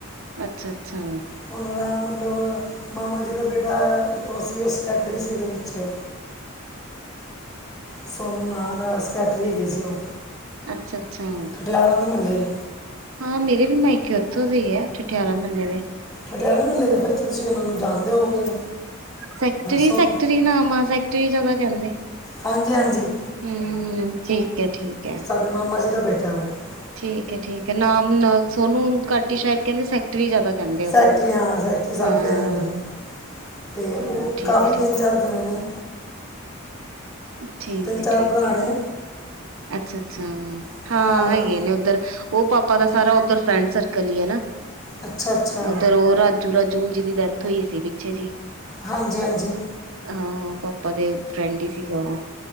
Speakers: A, on the right (about 70°); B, on the left (about 20°).
A: ਅੱਛਾ- ਅੱਛਾ।
B: ਉਹਨਾਂ ਦਾ ਮਤਲਬ ਮਾਮਾ ਜੀ ਦਾ ਬੇਟਾ ੳਹ ਸੀ ੳਹ ਸਕੈਟਰੀ ਸੀ ਉਹਦੇ ਵਿੱਚ।
A: <inaudible> <inaudible>
B: ਸੋਨੂੰ ਨਾਂ ਦਾ ਸਕੈਟਰੀ ਹੈਗੇ ਸੀ ਉਹ।
A: ਅੱਛਾ-ਅੱਛਾ।
B: ਠਠਿਆਰਾਂ ਦੇ ਮਹੱਲੇ
A: ਹਾਂ ਮੇਰੇ ਵੀ ਮਾਇਕੇ ਉੱਥੋਂ ਦੇ ਆ ਠਠਿਆਰਾਂ ਮਹਲੇ ਦੇ।
B: ਪਟਿਆਲੇ ਮਹੱਲੇ ਦਾ ਫਿਰ ਤਾਂ ਤੁਸੀਂ ਉਹਨਾਂ ਨੂੰ ਜਾਣਦੇ ਹੋਗੇ।
A: ਸੈਕਟਰੀ-ਸੈਕਟਰੀ
B: ਸੋਨ
A: ਨਾਮ ਆ ਸੈਕਟਰੀ ਜਗ੍ਹਾ ਕਹਿੰਦੇ।
B: ਹਾਂਜੀ ਹਾਂਜੀ
A: ਹੂੰ ਠੀਕ ਹੈ ਠੀਕ ਹੈ।
B: ਸਾਡੇ <inaudible>
A: ਠੀਕਹੈ-ਠੀਕ ਹੈ ਨਾਮ ਸੋਨੂੰ ਘੱਟ ਹੀ ਸ਼ਾਇਦ ਕਹਿੰਦੇ ਸੈਕਟਰੀ ਜ਼ਿਆਦਾ ਕਹਿੰਦੇ ਓਹਨਾਂ
B: ਸੈਕਟਰੀ
A: ਨੂੰ
B: ਹਾਂ ਸੈਕਟਰੀ ਸਾਹਿਬ
A: ਹਾਂ।
B: ਕਹਿ ਦਿੰਦੇ ਨੇ ਤੇ ਉਹ
A: ਹਾਂ ਠੀਕ
B: ਕਾਫੀ
A: ਹੈ
B: ਤਿੰਨ
A: ਠੀਕ
B: ਚਾਰ
A: ਹੈ
B: ਜਣੇ ਨੇ।
A: ਠੀਕ
B: ਤਿੰਨ
A: ਹੈ
B: ਚਾਰ
A: ਠੀਕ
B: ਭਰਾ
A: ਹੈ
B: ਨੇ
A: ਅੱਛਾ। ਅੱਛਾ
B: ਅਹ,
A: ਹਾਂ ਹੈਗੇ ਨੇ ਉੱਧਰ ਉਹ ਪਾਪਾ ਦਾ ਸਾਰਾ ਉਧਰ ਫਰੈਂਡ ਸਰਕਲ ਹੀ ਏ ਨਾ।
B: ਅੱਛਾ ਅੱਛਾ
A: ਓਧਰ ਉਹ ਰਾਜੂ ਰਾਜੂ ਜੀ ਦੀ ਡੈਥ ਹੋਈ ਸੀ ਪਿੱਛੇ ਜੀ।
B: ਹਾਂਜੀ- ਹਾਂਜੀ।
A: ਹਾਂ ਪਾਪਾ ਦੇ ਫਰੈਂਡ ਹੀ ਸੀ ਉਹ।